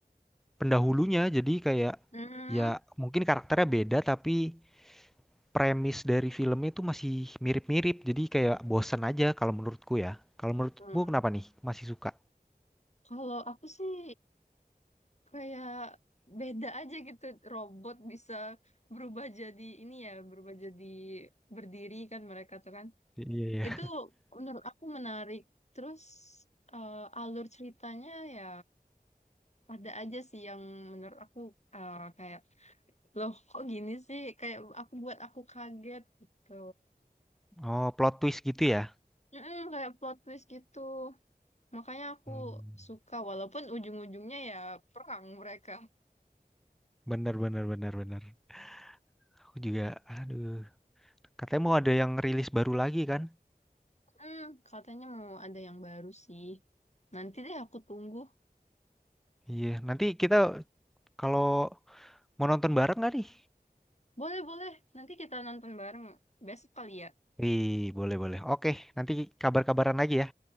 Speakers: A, in the centre; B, on the left.
A: pendahulunya. Jadi kayak
B: Mm-mm.
A: ya mungkin karakternya beda tapi premis dari filmnya itu masih mirip-mirip. Jadi kayak bosen aja kalau menurutku ya. Kalau menurutmu
B: Hmm.
A: kenapa nih? Masih suka?
B: Kalau aku sih kayak beda aja gitu. Robot bisa berubah jadi ini ya, berubah jadi berdiri kan mereka tuh kan.
A: Iya, iya.
B: Itu menurut aku menarik. Terus eh, alur ceritanya ya ada aja sih yang menurut aku eh, kayak loh kok gini sih? Kayak aku buat aku kaget gitu.
A: Oh, plot twist gitu ya?
B: Mm-mm, kayak plot twist gitu. Makanya aku
A: Hmm.
B: suka walaupun ujung-ujungnya ya perang mereka.
A: Bener, bener, bener, bener. Aku juga, aduh. Katanya mau ada yang rilis baru lagi kan?
B: Hmm, katanya mau ada yang baru sih. Nanti deh aku tunggu.
A: Iya, nanti kita kalau mau nonton bareng nggak nih?
B: Boleh, boleh. Nanti kita nonton bareng besok kali ya.
A: Wih, boleh, boleh. Oke, nanti kabar-kabaran lagi ya.